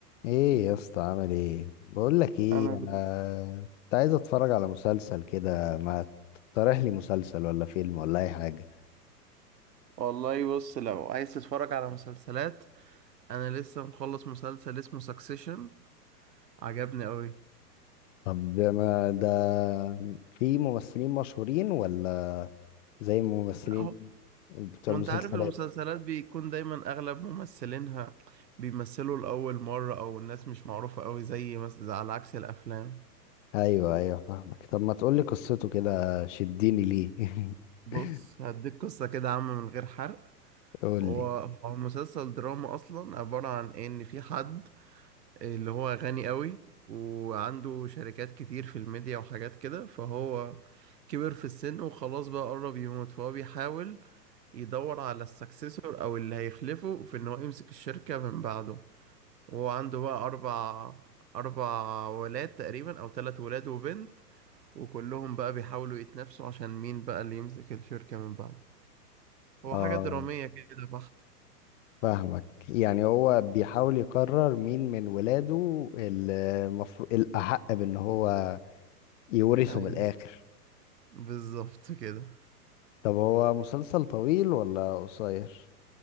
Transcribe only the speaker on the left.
ايه يا اسطى عامل ايه بقول لك ايه
انا
كنت عايز اتفرج على مسلسل كده ما تقترح لي مسلسل ولا فيلم ولا اي حاجه
طب ما ده في ممثلين مشهورين ولا زي الممثلين
بتوع
المسلسلات
ايوه ايوه فاهمك طب ما تقول لي قصته كده شديني ليه
<laughs>
قول
لي
اه
فاهمك يعني هو بيحاول يقرر مين من ولاده المفروض الأحق بأن هو يورثه
من الآخر
طب هو مسلسل طويل ولا قصير